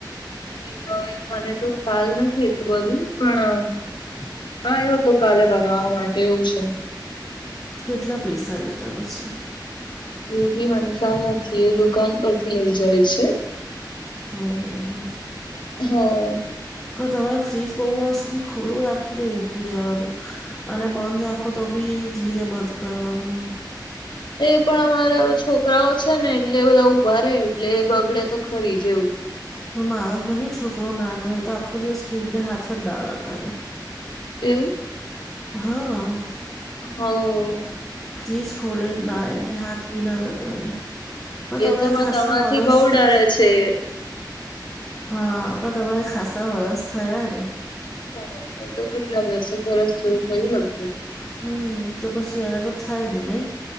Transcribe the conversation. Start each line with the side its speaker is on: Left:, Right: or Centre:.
Left: એ હવે મને તો ખ્યાલ નથી એટલું બધું પણ હા એવું હતું કાલે બનાવવા માટે એવું છે.
Centre: કેટલા પૈસા લીધા પછી?
Left: એ બી મને ખ્યાલ નથી એ દુકાન પરથી લઇ જાય છે.
Centre: હમ્મ હમ્મ.
Left: હ.
Centre: પણ તમારે ફ્રીજ બહુ વાર સુધી ખુલ્લું રાખીને ઊભું રેવાનું અને બંધ રાખો તો બી ધીરે બંધ કરવાનું.
Left: એ પણ અમારે હવે છોકરાઓ છે ને એટલે બધા ઊભા રે એટલે બગડે તો ખરી જેવું.
Centre: તો મારોસ નહીં છોકરો નાનો એ તો આખો દિવસ ફ્રીજને હાથ જ ના લગા રે.
Left: એવું!
Centre: હા.
Left: હવ.
Centre: ફ્રીિજ ખોલે ના એને હાથ ભી ના લગાારેે. પણ તમારે
Left: એ તો
Centre: ખાસા
Left: તમારથી
Centre: વસ
Left: બહુ ડરે
Centre: ભી થયા
Left: છે.
Centre: ને. હા પણ તમારે ખાસા વરસ થયા ને.
Left: હાને તો કેટલા દસેક વર્ષ જેવું થય લગભગ.
Centre: હમ્મ તો પછી હવે તો થાય ને નહી.